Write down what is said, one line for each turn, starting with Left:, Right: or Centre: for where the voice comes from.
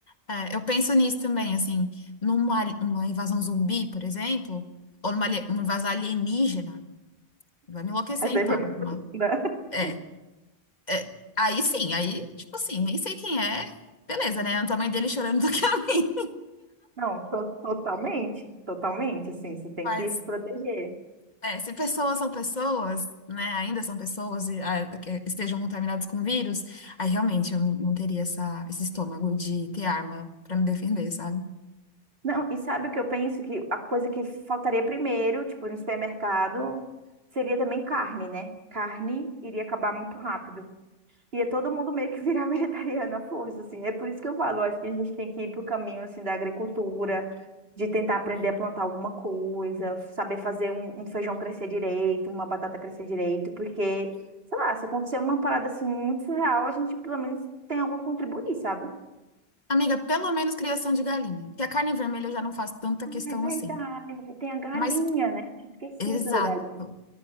Left: É, eu penso nisso também, assim, numa ali- uma invasão zumbi, por exemplo, ou numa ali- uma invasão alienígena. Vai me enlouquecer,
Right: Essa
Left: então.
Right: aí foi muito profunda.
Left: Uma-
Right: <laughs>
Left: é, é. Aí sim, aí, tipo assim, nem sei quem é. Beleza, né? É O tamanho dele chorando <laughs> do que a mim.
Right: Não, to- totalmente, totalmente, assim, você tem
Left: Mas
Right: que se proteger.
Left: É, se pessoas são pessoas, né, ainda são pessoas e ah, que estejam contaminadas com vírus, aí realmente eu não teria essa, esse estômago de ter arma pra me defender, sabe?
Right: Não, e sabe o que eu penso? Que a coisa que faltaria primeiro, tipo, no supermercado, seria também carne, né? Carne iria acabar muito rápido. Ia todo mundo meio que virar <laughs> vegetariano à força, assim. É por isso que eu falo, eu acho que a gente tem que ir pro caminho, assim, da agricultura, de tentar aprender a plantar alguma coisa, saber fazer um, um feijão crescer direito, uma batata crescer direito, porque, sei lá, se acontecer uma parada, assim, muito surreal, a gente pelo menos tem algo a contribuir, sabe?
Left: Amiga, pelo menos criação de galinha, que a carne vermelha eu já não faço tanta questão
Right: É verdade,
Left: assim.
Right: tem a galinha,
Left: Mas,
Right: né? Eu tinha esquecido
Left: exato,
Right: da galinha.